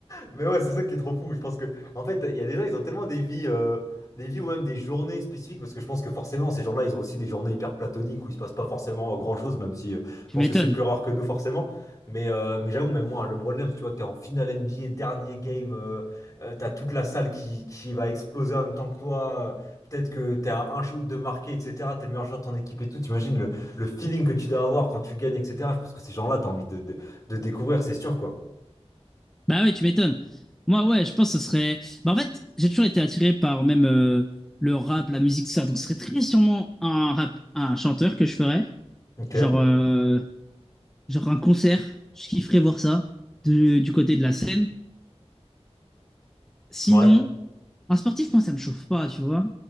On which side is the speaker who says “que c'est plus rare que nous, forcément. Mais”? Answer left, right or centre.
Left